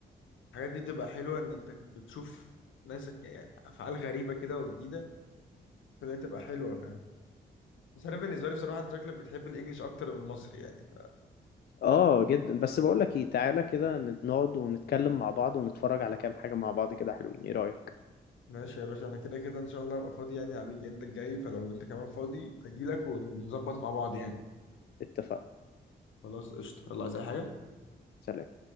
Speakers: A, on the left; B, on the left.
A: الحاجات دي تبقى حلوه ان انت بتشوف ناس ك- يعني افعال غريبه كده وجديده فدي تبقى حلوه فاهم بس انا بالنسبه لي بصراحه انت شكلك بتحب الانجليش اكتر من المصري يعني
B: آه جدا بس بقولك إيه تعالى كده نقعد ونتكلم مع بعض ونتفرج على كام حاجة مع بعض كده حلوين إيه رأيك؟
A: ماشي يا باشا انا كده كده ان شاء الله هبقى فاضي يعني على الويك اند الجاي فلو انت كمان فاضي اجيلك ونظبط مع بعض يعني
B: اتفقنا
A: خلاص قشطة يلا عايز اي حاجة
B: سلام